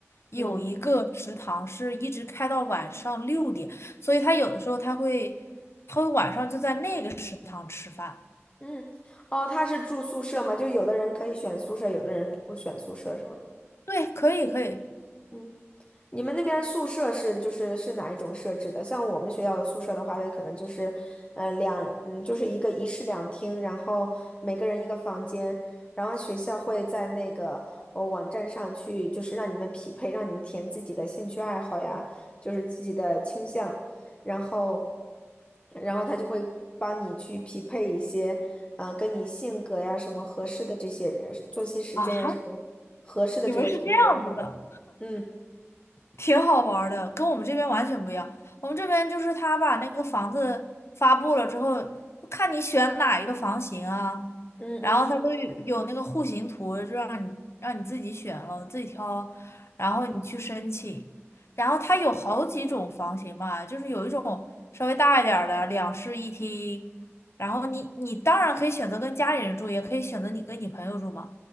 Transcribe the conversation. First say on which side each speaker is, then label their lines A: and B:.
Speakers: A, on the left; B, on the left.
A: 有一个食堂是一直开到晚上六点，
B: 嗯
A: 所以他有的时候他会他会晚上就在那个食堂吃饭。
B: 嗯，哦，他是住宿舍吗？就有的人可以选宿舍，有的人不选宿舍是吗？
A: 对，可以可以。
B: 嗯。你们那边宿舍是就是是哪一种设置的？像我们学校的宿舍的话，它可能就是，呃，两嗯，就是一个一室两厅，然后每个人一个房间，然后学校会在那个呃网站上去，就是让你们匹配，让你们填自己的兴趣爱好呀，就是自己的倾向，然后，然后他就会帮你去匹配一些，呃，跟你性格呀什么合适的这些人，作息时间呀什么合适的这些同学，
A: 啊哈，你们是这样子的。
B: 然后嗯。
A: 挺好玩儿的，跟我们这边完全不一样。我们这边就是他把那个房子发布了之后，就看你选哪一个房型啊，
B: 嗯嗯
A: 然后他都有有那个户型图，就让你让你自己选了，自己挑，然后你去申请。然后他有好几种房型吧，就是有一种稍微大一点儿的两室一厅，然后你你当然可以选择跟家里人住，也可以选择你跟你朋友住嘛。